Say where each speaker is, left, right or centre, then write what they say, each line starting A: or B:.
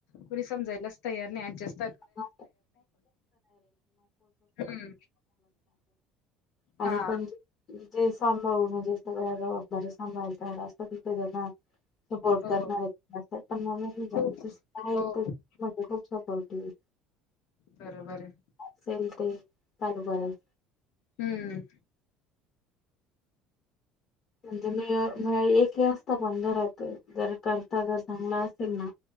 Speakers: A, on the left; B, on the left.
A: कुणी समजाय तयार नाय ऍडजेस्ट
B: <unintelligible>
A: हम्म
B: आणि
A: हा
B: पण जे सांभाळून म्हणजे सगळ्या जबाबदाऱ्या सांभाळायला तयार असतात सगळ्याना सपोर्ट
A: हो
B: करणारे पण म <unintelligible>
A: खूप हो हो.
B: सपोर्टिव्ह
A: बरोबर य
B: असेल ते चालू करायच
A: हम्म
B: पण एक हे असत पण घरात कोणी करता धरता असेल ना